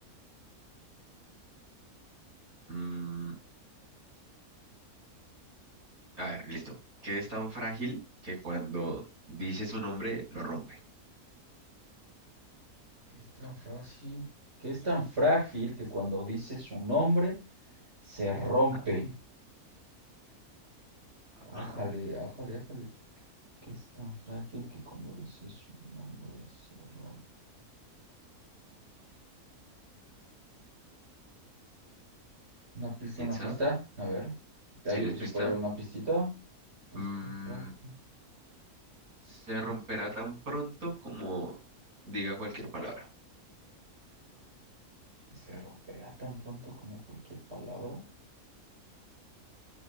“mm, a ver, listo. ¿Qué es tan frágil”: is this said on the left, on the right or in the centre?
Right